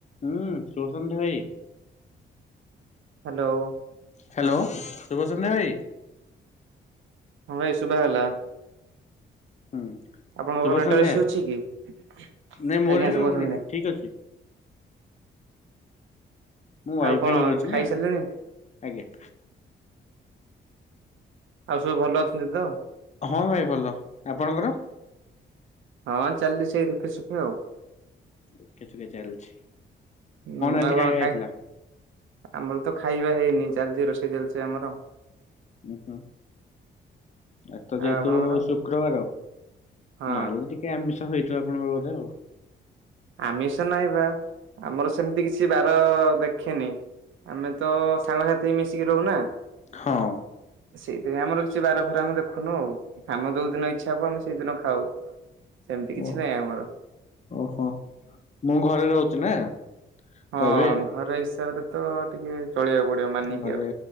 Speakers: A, on the left; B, on the right.
A: ହୁଁ ସୁଭସନ୍ତ ଭାଇ
B: ହ୍ୟାଲୋ
A: ହ୍ୟାଲୋ ଶୁଭଚନ୍ଦ୍ର ଭାଇ
B: ହଁ ଭାଇ ଶୁଭା ହେଲା
A: ହୁଁ
B: ଆପଣଙ୍କ
A: ଶୁଭ
B: ପାଖରେ ନେଟୱର୍କ
A: ସନ୍ଧ୍ୟା
B: ଇଷୁ ଅଛି କି
A: ନାଇଁ ମୋରି
B: ଆଜ୍ଞା
A: ରହୁନି
B: ଶୁଭ ସନ୍ଧ୍ୟା
A: ଠିକ ଅଛି। ମୁଁ ୱାଇଫାଇ
B: ଆଉ କଣ
A: ଲଗେଇଛି
B: ଖାଇସାରିଲେଣି
A: ନା ଆଜ୍ଞା
B: ଆଉ ସବୁ ଭଲ ଅଛନ୍ତି ତ
A: ହଁ ଭାଇ ଭଲ ଆପଣଙ୍କର?
B: ହଁ ଚାଲିଛି ସେଇ ଦୁଃଖେ ସୁଖେ ଆଉ
A: ଦୁଃଖେ ସୁଖେ ଚାଲିଛି
B: ହୁଁ
A: ଆଜି
B: ଆଉ
A: ଖାଇବା
B: କଣ ଖାଇ
A: ହେଇଥିଲା?
B: ଆମର ତ ଖାଇବା ହେଇନି ଚାଲିଛି ରୋଷେଇ ଚାଲିଛି ଆମର
A: ଓୁ ହଁ ଏ ତ ଯେହେତୁ
B: ଆପଣଙ୍କର?
A: ଶୁକ୍ରବାର
B: ହଁ
A: ନହେଲେ ଟିକେ ଆମିଷ ହେଇଥିବ ଆପଣଙ୍କର ବୋଧେ ଆଉ
B: ଆମିଷ ନାଇଁ ବା ଆମର ସେମିତି କିଛି ବାର ଦେଖେନି ଆମେ ତ ସାଙ୍ଗସାଥି ବି ମିଶିକି ରହୁନା
A: ହଁ
B: ସେଇଥିପାଇଁ ଆମର କିଛି ବାର ଫାର ଆମେ ଦେଖୁନୁ ଆଉ ଆମ ଯୋଉ ଦିନ ଇଛା ଇଛା ହବ ଆମେ ସେଇଦିନ ଖାଉ ସେମିତି
A: ଓ
B: କିଛି ନାହିଁ ଆମର
A: ଓହୋ ମୁଁ ଘରେ ରହୁଛି ନା
B: ହଁ
A: ତ ଏବେ
B: ଘର ହିସାବରେ ତ ଟିକେ ଚଳେଇକୁ ପଡିବ ମାନିକି
A: ଘରେ
B: ଆଉ